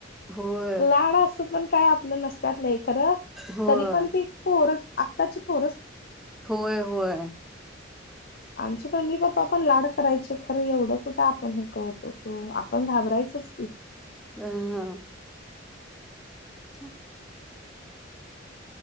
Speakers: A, in the centre; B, on the left.
A: होय
B: लाड अस पण काय. आप नसत्या खर
A: होय
B: तरी पण त पोर आताची पो.
A: होय होय
B: आमचे मम्मी पप्पा पण लाड करायचे खरं एवढं कुठं आपण हे करतो त आपण घाबरायचच की.
A: हा. अच्छ!